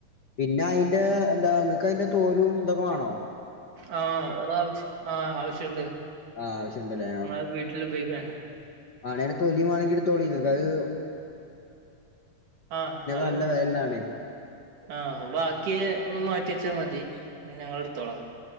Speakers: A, on the left; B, on the right.
A: പിന്നെ അയിൻ എന്താ നിങ്ങക്ക് അതിന്റെ തോലും ഇതൊക്കെ വേണോ?
B: ആ അതാവശ്യ ആ ആവശ്യുണ്ട്
A: ആഹ് ആവശ്യണ്ടല്ലേ
B: മ്മ വീട്ടില് പോയിക്ക.
A: ആണെയിന്റെ തൊലി വേണെങ്കിലെടുത്തോളീ അതായത്
B: ആ അത്
A: നല്ല വെലണ്ടാണേ
B: ആ ബാക്കിയ ഒന്ന് മാറ്റി വെച്ചാ മതി. അത് ഞങ്ങളെടുത്തോളാം